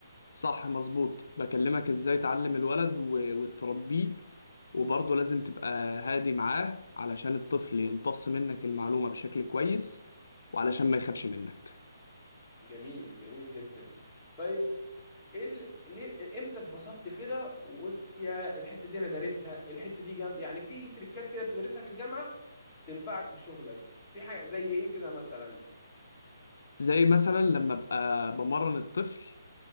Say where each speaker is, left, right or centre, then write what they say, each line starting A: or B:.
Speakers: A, on the left; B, in the centre.
A: صح مظبوط بكلمك ازاي تعلم الولد و- وتربيه وبرضه لازم تبقى هادي معاه علشان الطفل يمتص منك المعلومة بشكل كويس وعلشان ما يخافش منك
B: جميل جميل جدا طيب ايه ال- ليه امتى اتبسطت كده وقلت يا الحتة دي انا دارسها الحتة دي جام يعني في تريكات كده بتدرسها في الجامعة وتنفعك في شغلك في حاجة زي ايه كده مثلا
A: زي مثلا لما ابقى بمرن الطفل